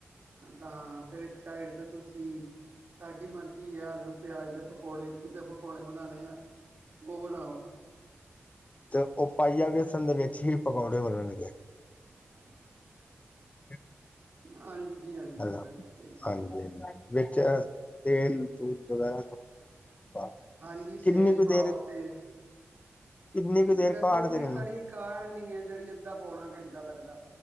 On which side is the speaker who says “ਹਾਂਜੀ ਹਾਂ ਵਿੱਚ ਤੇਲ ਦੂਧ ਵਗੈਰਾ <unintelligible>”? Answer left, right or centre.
Left